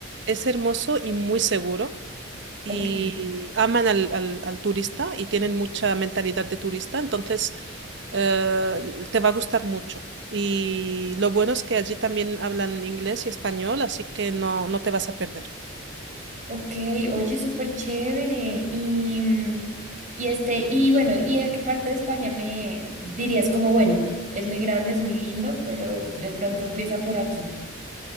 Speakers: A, on the right (about 60°); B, on the right (about 40°).
A: Es hermoso y muy seguro.
B: Ok,
A: y aman al, al- al turista y tienen mucha mentalidad de turista, entonces eh, te va a gustar mucho. Y lo bueno es que allí también hablan inglés y español, así que no, no te vas a perder.
B: ok, oye, súper chévere. Y, mm, y este, y bueno, ¿y a qué parte de España me dirías como, bueno, es muy grande, es muy lindo, pero de pronto empieza por aquí?